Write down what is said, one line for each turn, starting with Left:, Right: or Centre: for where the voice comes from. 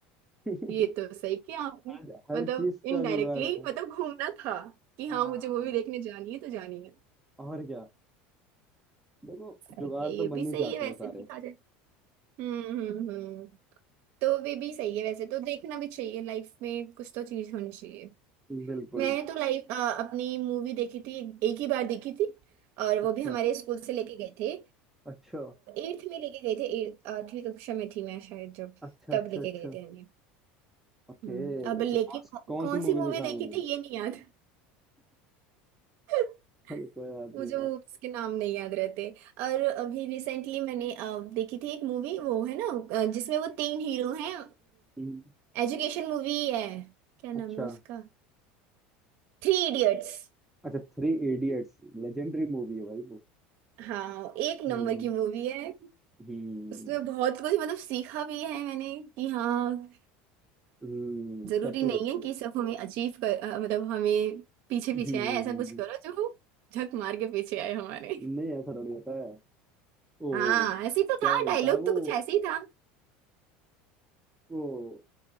Centre: <laughs>
Right: ये तो सही किया आपने
Centre: हर हर
Right: मतलब
Centre: चीज का
Right: इनडायरेक्टली
Centre: जुगाड़ है
Right: मतलब घूमना था कि हाँ
Centre: हाँ
Right: मुझे मूवी देखने जानी है तो जानी है
Centre: और क्या देखो
Right: सही
Centre: जुगाड़
Right: है ये
Centre: तो बन
Right: भी सही
Centre: ही जाते
Right: है वैसे
Centre: हैं सारे
Right: देखा जाए हम्म हम्म हम्म तो वे भी सही है वैसे तो देखना भी चाहिए लाइफ में कुछ तो चीज होनी चाहिए
Centre: बिल्कुल
Right: मैंने तो लाइफ अपनी मूवी देखी थी एक ही बार देखी थी और
Centre: अच्छा
Right: वो भी हमारे स्कूल से लेके गए थे
Centre: अच्छा
Right: एट्थ में लेके गए थे eighth- आठवीं कक्षा में थी मैं शायद जब
Centre: अच्छा
Right: तब
Centre: अच्छा
Right: लेके
Centre: अच्छा
Right: गए थे हमें
Centre: ओके
Right: हम्म अब लेकिन
Centre: तो कौन सी
Right: कौ,
Centre: कौन
Right: कौन
Centre: सी
Right: सी
Centre: मूवी
Right: मूवी
Centre: दिखानी
Right: देखी
Centre: है
Right: थी ये नहीं याद <laughs>
Centre: चलो कोई बात
Right: मुझे
Centre: नहीं यार
Right: मूवीज के नाम नहीं याद रहते और अभी रिसेंटली मैंने अ, देखी थी एक मूवी वो है ना अ, जिसमें वो तीन हीरो हैं
Centre: हम्म,
Right: एजुकेशन मूवी है क्या
Centre: अच्छा
Right: नाम है उसका Three idiots
Centre: अच्छा थ्री इडियट्स लेजेंडरी मूवी है भाई वो
Right: हाँ एक नंबर
Centre: हम्म
Right: की मूवी है
Centre: हम्म
Right: उसमें बहुत कुछ मतलब सीखा भी है मैंने कि हाँ
Centre: हम्म,
Right: जरूरी
Centre: चतुर
Right: नहीं है कि सब हमें अचीव कर अ, मतलब हमें पीछे पीछे
Centre: हम्म
Right: आए ऐसा कुछ करो जो झक मार के पीछे आए हमारे
Centre: नहीं ऐसा थोड़ी होता है ओ
Right: हाँ ऐसे ही
Centre: क्या
Right: तो था
Centre: बोलता
Right: डायलॉग
Centre: है वो
Right: तो कुछ ऐसे ही था
Centre: वो